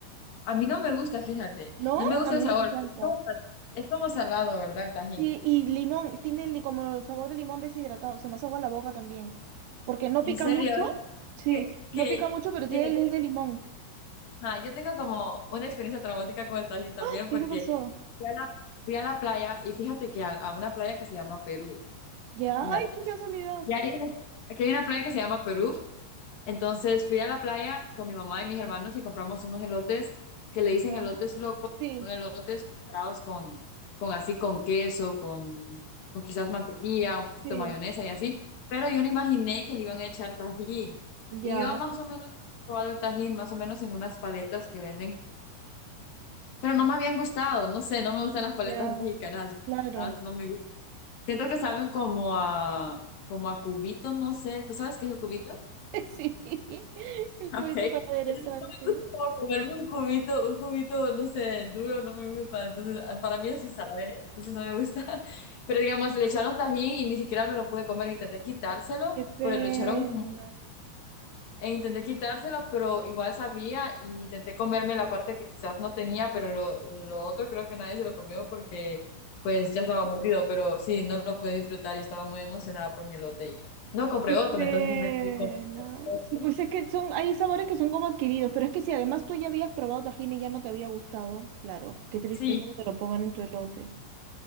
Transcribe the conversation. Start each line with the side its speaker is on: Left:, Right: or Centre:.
Left: a mí no me gusta, fíjate,
Right: ¿No?
Left: no me gusta
Right: A mí
Left: el sabor,
Right: me encanta.
Left: es como, sal- es como salado, ¿verdad, el Tajín?
Right: Sí, y limón, tiene li- como el sabor de limón deshidratado, se me hace agua la boca también. Porque no
Left: En
Right: pica
Left: serio,
Right: mucho, sí,
Left: es
Right: no
Left: que,
Right: pica mucho, pero tiene
Left: que, que-
Right: el es de limón.
Left: ajá, yo tengo como una experiencia traumática con el Tajín también
Right: ¡Ah! ¿Qué
Left: porque
Right: te pasó?
Left: fui a la, fui a la playa y fíjate que a a una playa que se llama Perú.
Right: ¿Ya?
Left: Fíjate.
Right: ¡Ay, qué casualidad!
Left: Y hay una- aquí hay una playa que se llama Perú. Entonces fui a la playa con mi mamá y mis hermanos y compramos unos elotes que le
Right: Ya,
Left: dicen elotes locos.
Right: sí,
Left: Son elotes preparados con, con así, con queso, con, con quizás mantequilla, un poquito
Right: sí,
Left: de mayonesa y así. Pero yo no imaginé que le iban a echar tajín.
Right: ya,
Left: Y yo más o menos he probado el tajín, más o menos en unas paletas que venden. Pero no me habían gustado. No sé, no me gustan las paletas
Right: ya,
Left: mexicanas.
Right: claro.
Left: Las- No me Siento que saben como a, como a cubitos, no sé. ¿Tú sabes qué es el cubito? <laughs>
Right: <laughs> Sí, el cubito
Left: Okay.
Right: para aderezar,
Left: Entonces no me
Right: sí.
Left: gusta como comerme un cubito, un cubito, no sé, duro, no me gusta. Entonces, ah, para mí así sabe, entonces no me gusta. <laughs> Pero digamos, le echaron tajín y ni siquiera me lo pude comer, intenté quitárselo,
Right: Qué pena.
Left: pero le echaron e intenté quitárselo, pero igual sabía y intenté comerme la parte que quizás no tenía, pero lo, lo otro creo que nadie se lo comió porque pues ya estaba mordido, pero sí, no lo pude disfrutar y estaba muy emocionada por mi elote. y No compré
Right: Qué
Left: otro,
Right: pena.
Left: entonces me fui con... <laughs>
Right: Sí, pues es que son, hay sabores que son como adquiridos, pero es que si además tú ya habías probado tajín y ya no te había gustado, claro, qué tristeza
Left: Sí,
Right: que te lo pongan en tu elote.